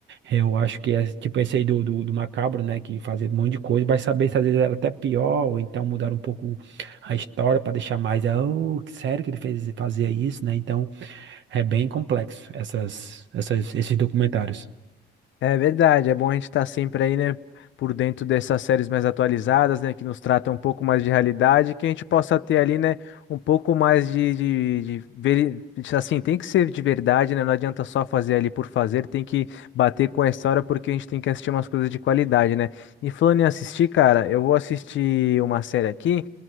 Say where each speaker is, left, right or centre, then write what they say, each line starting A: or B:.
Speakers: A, on the right; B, on the left.
A: eu acho que é tipo esse aí do, do, do Macabro, né? Que fazia um monte de coisa, vai saber se às vezes era até pior, ou então mudar um pouco a história para deixar mais, ah, oh, que sério que ele fez fazia isso, né? Então, é bem complexo essas, essas, esses documentários.
B: É verdade, é bom a gente estar sempre aí, né, por dentro dessas séries mais atualizadas, né, que nos tratam um pouco mais de realidade, que a gente possa ter ali, né, um pouco mais de, de, de veri- assim, tem que ser de verdade, né, não adianta só fazer ali por fazer, tem que bater com a história porque a gente tem que assistir umas coisas de qualidade, né. E falando em assistir, cara, eu vou assistir uma série aqui